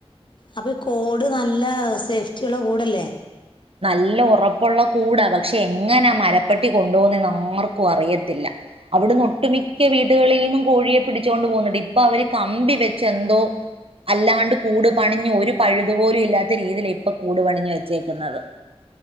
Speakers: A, on the left; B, on the right.
A: അപ്പൊ കോഡ് നല്ല സേഫ്റ്റിള്ള കൂടല്ലേ
B: നല്ല ഒറപ്പുള്ള കൂടാ പക്ഷെ എങ്ങനെ മരപ്പട്ടി കൊണ്ടോവുന്ന ആർക്കും അറിയത്തില്ല അവിടുന്ന് ഒട്ടുമിക്ക വീടുകളിൽ നിന്നും കോഴിയെ പിടിച്ചുകൊണ്ട് പോകുന്നുണ്ട് ഇപ്പൊ അവര് കമ്പി വെച്ച് എന്തോ അല്ലാണ്ട് കൂട് പണിഞ്ഞു ഒരു പഴുതുപോലും ഇല്ലാത്ത രീതിയിൽ ഇപ്പ കൂടു പണിഞ്ഞു വെച്ചേക്കുന്നത്